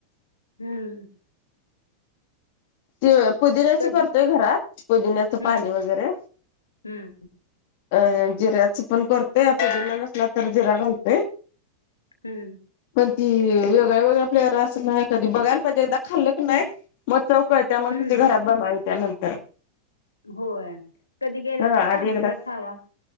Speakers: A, on the left; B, on the left.
A: हम्म.
B: ते पुदिन्याची
A: कधी
B: करतेय घरात. पुदिन्याच
A: हम्म
B: पाणी वगैरे-
A: हम्म
B: अ जिऱ्याच पण करतोय. आ - पुदिना नसला तर जिरा घालतोय.
A: हम्म.
B: पण ती वेगळ्या वेगळ्या प्लेवर असं नाही. कधी बघायला पाहिजे. एकदा खाल्लं की नाही मग चव - कळतेया मग
A: हम्म
B: घरात बनवाय त्या नंतर.
A: होय. कधी गेला
B: हा
A: तर सांगलीला
B: आधी एकदा
A: खावा.